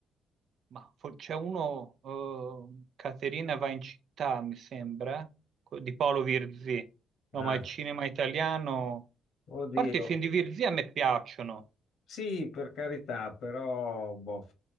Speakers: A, on the right; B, on the left.
A: ma for- c'è uno, eh, Caterina va in città, mi sembra, co- di Paolo Virzì. No,
B: Ah,
A: ma il cinema italiano...
B: oddio.
A: A parte i film di Virzì a me piacciono,
B: Sì, per carità, però boh,